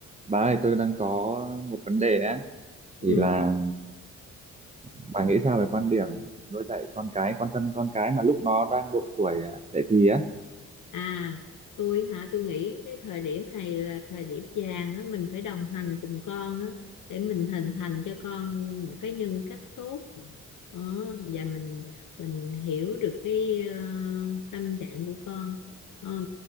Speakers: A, on the right; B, on the left.
A: Bà ơi, tôi đang có một vấn đề á,
B: Ừ.
A: thì là bà nghĩ sao về quan điểm nuôi dạy con cái, quan tâm con cái mà lúc nó đang độ tuổi à, dậy thì á.
B: À, tôi hả, tôi nghĩ cái thời điểm này là thời điểm vàng á, mình phải đồng hành cùng con á, để mình hình thành cho con một cái nhân cách tốt. Đó, và mình mình hiểu được cái ờ, tâm trạng của con. Ờ,